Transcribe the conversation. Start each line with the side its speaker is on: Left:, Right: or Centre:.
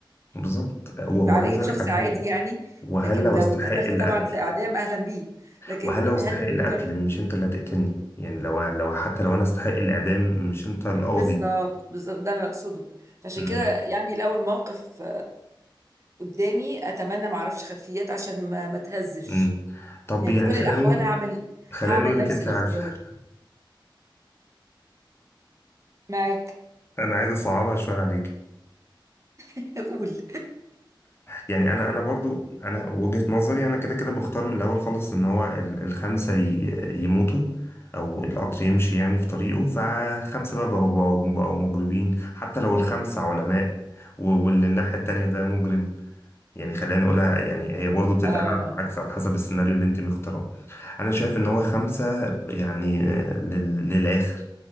Left: بالظبط و-
Right: فعلى
Left: وعايز
Right: ايد
Left: اقول
Right: شخص
Left: لك على حاجه
Right: عادي يعني
Left: وهل
Right: لكن
Left: لو
Right: لو
Left: استحق
Right: اتقتلت
Left: القتل
Right: طبعا في اعدام اهلا بيه لكن
Left: وهل لو استحق
Right: هل
Left: القتل
Right: لمجرد
Left: مش انت اللي هتقتلني يعني لو لو حتى لو انا استحق الاعدام مش انت القاضي
Right: بالظبط بالظبط ده انا اقصده فعشان
Left: امم
Right: كده يعني لو الموقف قدامي اتمنى ما اعرفش خلفيات عشان ما ما تهزش
Left: امم طب
Right: يعني
Left: يعني
Right: في كل
Left: خلينا
Right: الاحوال
Left: نقول
Right: هعمل
Left: خلينا
Right: هعمل
Left: نقول
Right: نفس
Left: انك انت
Right: الاختيار
Left: عارفه
Right: معاك
Left: <laughs> انا عايز اصعبها شويه عليك
Right: <laughs> قول
Left: يعني انا انا برضو انا وجهة نظري انا كده كده مختار من الاول خالص ان هو ال- الخمسة ي- يموتوا او القطر
Right: <laughs>
Left: يمشي يعني في طريقه فخمسة بقى بقوا, بقوا, بقوا مجرمين حتى لو الخمسة علماء و- واللي الناحية التانية ده مجرم يعني خلينا نقولها يعني هي برضو بتتقال
Right: اه
Left: على
Right: اه
Left: العكس على حسب السيناريو اللي انت مختاره انا شايف ان هو خمسة يعني آه، لل- للاخر